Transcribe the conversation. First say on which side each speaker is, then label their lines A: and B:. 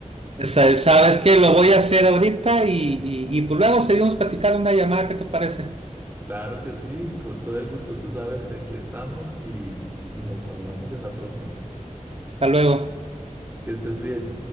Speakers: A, on the right; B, on the right.
A: O sea, Sabes que lo voy a hacer ahorita y, y, y pues luego seguimos platicando una llamada, ¿qué te parece?
B: Claro que sí, con todo el gusto, tú sabes que aquí estamos y, y nos hablamos en la próxima.
A: Hasta luego.
B: Que estés bien.